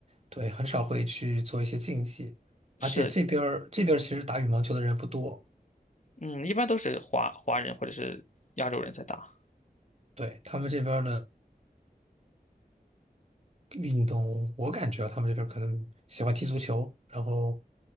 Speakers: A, on the right; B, on the left.
A: 对，很少会去做一些竞技。而且这边儿这边儿其实打羽毛球的人不多，
B: 是，嗯，一般都是华华人或者是亚洲人在打。
A: 对，他们这边儿的。运动，我感觉啊他们这边儿可能喜欢踢足球，然后